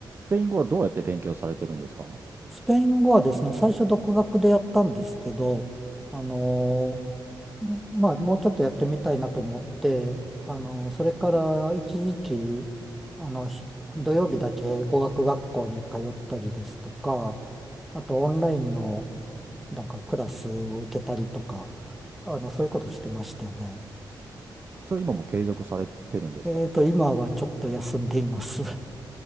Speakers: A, on the right (about 25°); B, in the centre.
A: スペイン語はどうやって勉強されてるんですか
B: スペイン語はですね、最初独学でやったんですけど、あのまあ、もうちょっとやってみたいなと思って、あの、それから一時期、あの、し土曜日だけ語学学校に通ったりですとか、あとオンラインのなんかクラスを受けたりとか、あの、そういうことしてましたね。
A: それ今も継続されてるんですか
B: えっと、今はちょっと休んでいます。